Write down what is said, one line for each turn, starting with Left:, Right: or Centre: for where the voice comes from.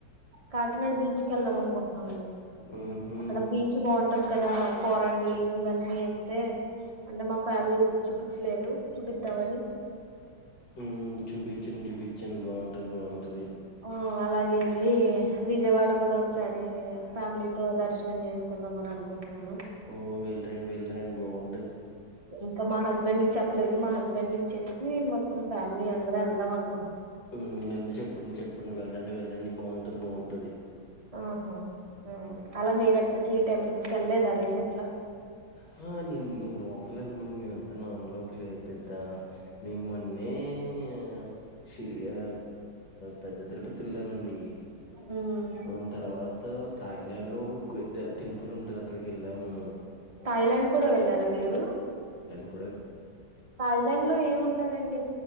Right: కాకినాడ బీచ్ కు వెళ్దాం అనుకుంటున్నాము మేం
Left: ఊహు
Right: అక్కడ బీచ్ బాగుంటది కదా కోరంగి ఇవన్నీ వెళ్తే అంటే మా ఫ్యామిలీ ఎప్పుడు చూపించలేదు చూపిద్దామని
Left: ఉమ్ చూపి కిచెన్ చూపించన్ బాగుంటది బాగుంటది
Right: ఆ అలాగే లే విజయవాడ కూడా ఒకసారి ఫ్యామిలీతో దర్శనం చేసుకుందాం అని అనుకుంటున్నాను
Left: ఓ వెల్డ్రైన్ వెల్డ్రైన్ బోవును
Right: ఇంకా మా హస్బెండ్ కి చెప్ లేదు మా హస్బెండ్ చెప్పి మొత్తం ఫ్యామిలీ అందరం ఎళ్దాం అను
Left: ఊ వెళ్ళి చెప్పండి చెప్పండి వెళ్ళండి. వెళ్ళండి బాగుంటది బాగుంటది
Right: ఆహా అలా మీర ఎక్కడికి టెంపుల్స్ కి వెళ్లేదా ర సెంట్లా
Left: హా నేను మే లోకలల ము మే నాన్ లోకలె పెద్ద మిమ్మల్నీ ఆ షిరియా పెద్ద తిరుపతి వెళ్ళామండి.
Right: మ్మ్
Left: ఉం తర్వాత థాయిలాండ్ లో ఒక టెంపుల్ ఉంటది అక్కడికి వెళ్ళాము.
Right: థాయిలాండ్ కూడా వెళ్లారా మీరు
Left: వెళ్ళమ్
Right: థాయిలాండ్ లో ఏమి ఉంటదండి.